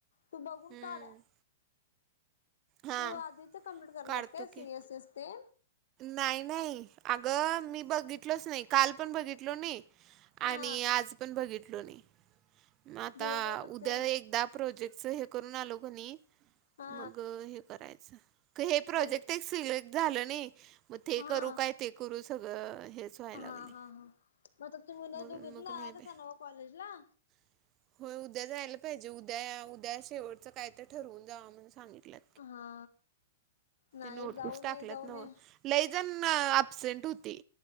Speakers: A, on the left (about 80°); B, on the right (about 25°).
A: तू बघून
B: हम्म
A: काढ
B: हा.
A: तू आधीचा कम्प्लीट करल्यास
B: काढतो
A: काय
B: की
A: सी एस एस ते?
B: नाही नाही अगं मी बघितलोच नाही काल पण बघितलो नाही
A: हा
B: आणि आज पण बघितलो नाही म आता
A: दिवसभर मग
B: उद्या
A: ते
B: एकदा प्रोजेक्टचा हे करून आलो की नाही
A: हा
B: मग हे करायचं. क हे प्रोजेक्ट
A: मग
B: ही सिलेक्ट झालं नाही म ते
A: हा
B: करू काय ते करू सगळं हेच. व्हायला
A: हा
B: लागले
A: हा हा म आता तुम्ही
B: म्हणून
A: ना दोघी
B: मग
A: नाय
B: नाही
A: ना
B: बाई
A: असा नव कॉलेजला.
B: <inaudible> होय उद्या जायला पाहिजे उद्या उद्या शेवटचं काय तर ठरवून जा म्हणून सांगितलंय.
A: हा नाही
B: नोटीस
A: जाऊ
B: टाकल्यात
A: न ये जाऊन
B: नव्ह
A: ये.
B: लई जन अ ॲबसेंट होती